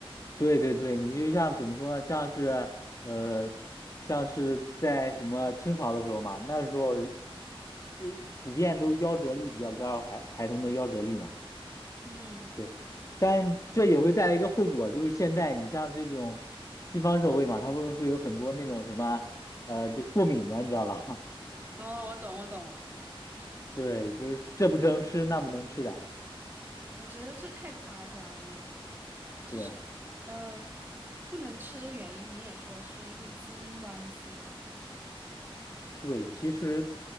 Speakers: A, on the left (about 35°); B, on the right (about 20°).
A: 对对对，你就像怎么说呢？像是呃，像是在什么清朝的时候嘛，那时候嗯普遍都夭折率比较高，孩孩童的夭折率嘛，
B: 嗯。
A: 对。但这也会带来一个后果，就是现在你像这种西方社会嘛，他们会有很多那种什么呃，就过敏的，你知道吧？
B: 哦，我懂，我懂，
A: <laughs> 对，就是这不能吃，那不能吃的，
B: 我觉得这太夸张了，
A: 是啊。
B: 就是，嗯、不能吃的原因，你也说是因为基因关系嘛？
A: 对，其实